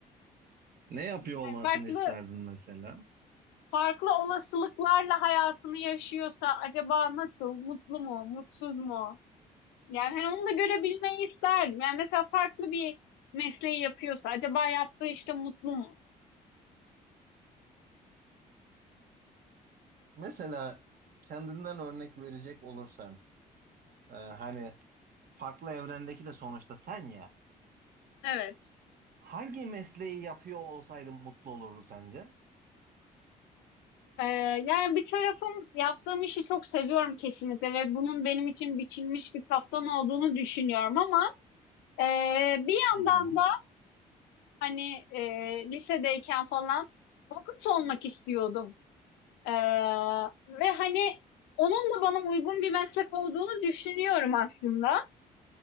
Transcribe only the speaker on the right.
Ne yapıyor
olmasını
isterdin mesela?
Mesela kendinden örnek verecek olursan, e, hani farklı evrendeki de sonuçta sen ya.
Hangi mesleği yapıyor olsaydın mutlu olurdu sence?
Hı hı.